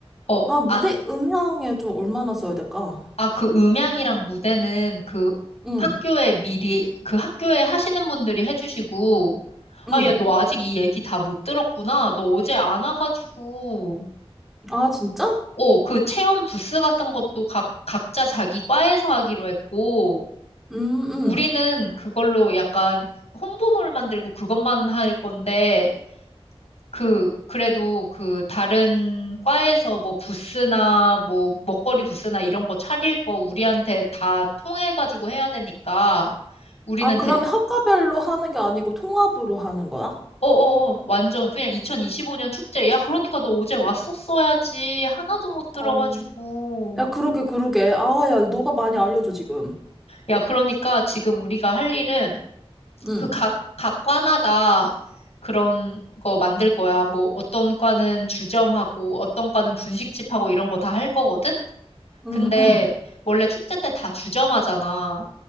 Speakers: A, on the left; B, in the centre.
A: 어,
B: 아, 무대
A: 아,
B: 음향에 좀 얼마나 써야 될까?
A: 아, 그 음향이랑 무대는 그
B: 응,
A: 학교에 미리, 그 학교에 하시는 분들이 해주시고,
B: 응.
A: 아, 야, 너 아직 이 얘기 다 못 들었구나. 너 어제 안 와가지고,
B: 아, 진짜?
A: 어, 그 체험 부스 같은 것도 각, 각자 자기 과에서 하기로 했고,
B: 음, 음.
A: 우리는 그걸로 약간 홍보물 만들고 그것만 할 건데, 그, 그래도 그 다른 과에서 뭐 부스나 뭐 먹거리 부스나 이런 거 차릴 거 우리한테 다 통해가지고 해야 되니까 우리는
B: 아, 그러면
A: 대,
B: 학과별로 하는 게 아니고 통합으로 하는 거야?
A: 어어어, 완전 그냥 2025년 축제. 야, 그러니까 너 어제 왔었어야지. 하나도 못 들어가지고.
B: 어. 야, 그러게, 그러게. 아, 야, 너가 많이 알려줘, 지금.
A: 야, 그러니까 지금 우리가 할 일은
B: 응,
A: 그 각, 각 과마다 그런 거 만들 거야. 뭐 어떤 과는 주점하고 어떤 과는 분식집하고 이런 거 다 할 거거든?
B: 응,
A: 근데
B: 응.
A: 원래 축제 때 다 주점하잖아.